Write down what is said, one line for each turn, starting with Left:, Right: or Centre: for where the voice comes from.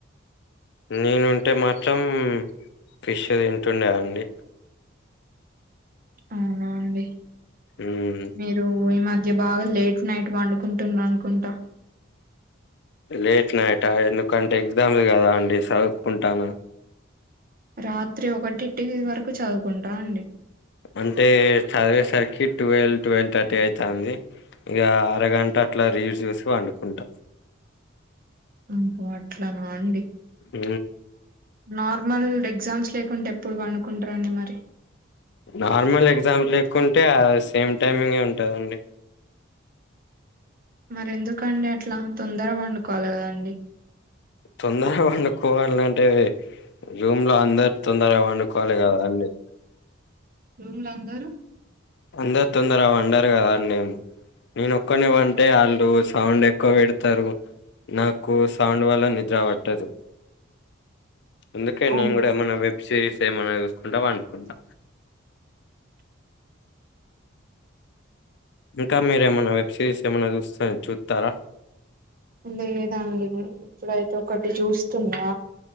Left: నేనుంటే మాత్రం ఫిష్ తింటుండే అండి.
Right: అవునా అండి.
Left: హుం
Right: నువు ఈ మధ్య బాగా లేట్ నైట్ పండుకుంటున్నావ్ అనుకుంటా.
Left: లేట్ నైట్ఆ ఎందుకంటే ఎగ్జామ్ది కదా అండి చదువుకుంటాను.
Right: రాత్రి ఒకటిటి వరకు చదువుకుంటా అండి.
Left: అంటే చదివేసరికి ట్వెల్వ్ ట్వెల్వ్ థర్టీ అవుతుంది. ఇక అరగంట అట్లా రీల్స్ చూసి వండుకుంటా.
Right: అబ అట్లాన అండి.
Left: హ
Right: నార్మల్ ఎగ్జామ్స్ లేకుంటే ఎప్పుడు పండుకుంటార అండి మరి.
Left: నార్మల్ ఎగ్జామ్స్ లేక్కుంటే సేమ్ టైమింగ్యే ఉంటుదండి.
Right: మరి ఎందుకండి అట్లా తొందరగా పండుకోవాలి కదండి.
Left: తొందరగా వండుకోవాల అంటే రూమ్ లో అందరు తొందరగా వండుకోవాలి కదాండి.
Right: రూమ్ లో అందరుూ.
Left: అందరు తొందర పండరు కదాండి నేను ఒక్కన్నే పంటే వాళ్ళు సౌండ్ ఎక్కువ పెడతారు నాకు సౌండ్ వల్ల నిద్ర పట్టదు అందుకే
Right: అవునా
Left: నేను కూడా ఏమన్నా వెబ్ సిరీస్ ఏమన్నా చూసుకుంటా పనుకుంటా ఇంకా మీరు ఏమన్నా వెబ్ సిరీస్ ఏమన్నా చూస్త చుత్తార
Right: లేదండి ఇప్పుడైతే ఒకటి చూస్తున్నా